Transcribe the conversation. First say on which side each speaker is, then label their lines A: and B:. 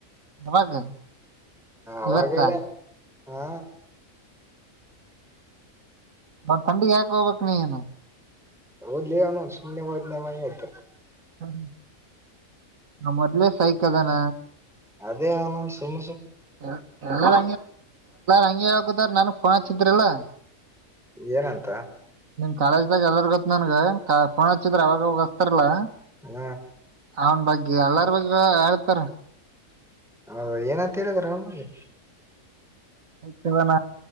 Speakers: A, on the right (about 80°); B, in the centre.
A: ಯಾವಾಗ
B: ಅವಾಗೆಲ್ಲ
A: ಇವತ್ತ
B: ಹಾ
A: ಮ ಥಂಡಿಗೆ ಯಾಕ ಹೋಗಬೇಕಕ್ ನೀನು
B: ಹದ ಲೇ ನ ಸುಯವ ನ ಮಾಡತ
A: ಹ ನ ಮೊದಲೇ ಸೈಕ ತಾನ
B: ಅದೇ ಆನನ್ ಸುಮ
A: ಎ ಎಲ್ಲಾರ ಹಂಗಗೆ ಹಗುದಾರ ನನ್ಗ್ ಫೋನ್ ಹಚ್ಚಿದ್ರಲ್ಲ
B: ಏನಂತ
A: ಕಾಲೇಜ್ ದಾಗ ಎದಾರ ಗೊತ್ ನನ್ಗ ಕ ಫೋನ್ ಹಚ್ಚಿದ್ರ ಅವಾಗೋಗಸ್ತಾರಲಾ
B: ಹ
A: ಅವನ್ ಬಗ್ಗೆ ಎಲ್ಲಾರ ಬಗ್ ಹೇಳ್ತಾರ
B: ಹೌದ ಏನಂತ ಹೇಳಿದ್ರ ಅವಮಗೆ
A: ತವಾನ